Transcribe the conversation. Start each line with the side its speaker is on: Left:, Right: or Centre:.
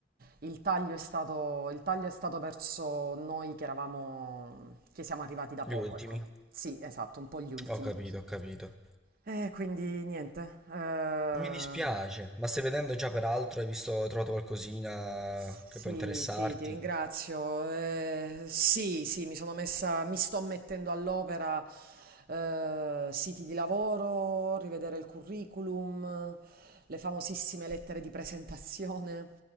Right: il taglio è stato, il taglio è stato verso noi che eravamo, che siamo arrivati da
Centre: gli
Right: poco,
Centre: ultimi.
Right: ecco. Sì, esatto, un po' gli ultimi.
Centre: Ho capito, ho capito.
Right: E quindi niente, eh,
Centre: Mi dispiace, ma stai vedendo già per altro? Hai visto, hai trovato qualcosina
Right: Sì,
Centre: che può interessarti?
Right: sì, ti ringrazio. Eh, sì, sì, mi sono messa, mi sto mettendo all'opera, eh, siti di lavoro, rivedere il curriculum, le famosissime lettere di presentazione,